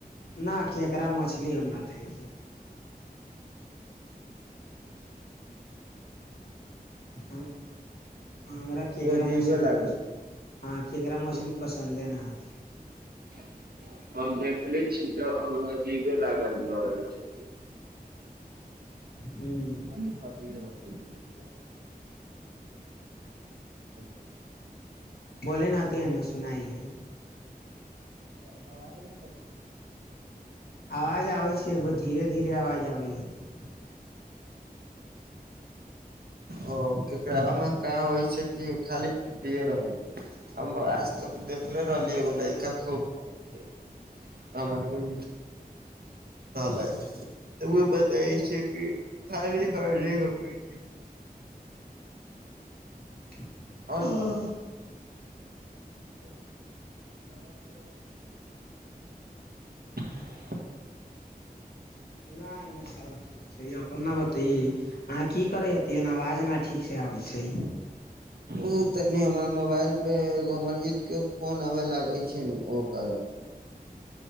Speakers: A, on the left; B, on the right.
A: न किय कर म छै ई हम नहि खाइ छै हम हमरा केकरा
B: ओ अजीबे
A: मछली
B: लागै
A: पस हँ केकरा
B: छै
A: मछली पसन्दे नहि आती
B: आर हम नहि देखने छी तऽ हमरा जीबे लागल छै
A: हूँ
B: हनि बड़ यो समझ हेलो
A: बोले न त ओते नहि सुनाइ हइ
B: अच्छा अवाज नहि खइ छै
A: आवाज
B: बोलली
A: आवै छै
B: हम
A: बहु
B: केकरा
A: धीरे -धीरे अवाज आवै हतै।
B: ओ ककरामे क होइ छै कि खाली रहै छै हम आज तक देखले रहलियै एगो लड़का खूब खइ छै हमर एगो लइ त ओ बताय छै कि खाली हरै हकै छै
A: <unintelligible>
B: आओर <unintelligible>
A: नहि नहि सभ ठीक छै अपने बतइये अहाँ की करैत छी ई आवाज ठीकसँ आबै छै
B: ओ तनि हमर मोबाइल पर एगो हमर हितक फोन आबै लगै छै ने ओहि कारण